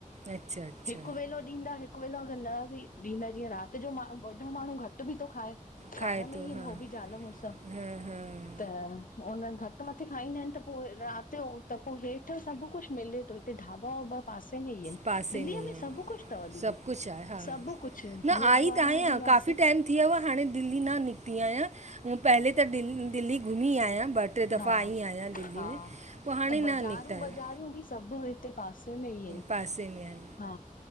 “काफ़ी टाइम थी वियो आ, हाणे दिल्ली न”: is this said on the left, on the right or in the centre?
Right